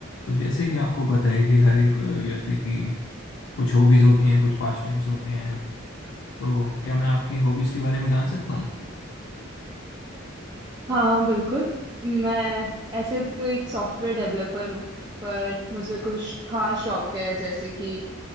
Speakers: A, on the left (about 75°); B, on the right (about 20°).
A: तो जैसे कि आपको पता है कि हर एक अ, व्यक्ति की कुछ हॉबीज होती हैं कुछ पास टाइम्स होते हैं तो क्या मैं आपकी हॉबीज के बारे में जान सकता हूँ
B: हाँ हाँ बिल्कुल मैं ऐसे तो एक सॉफ्टवेयर डेवलपर हूँ पर मुझे कुछ खास शौक है जैसे कि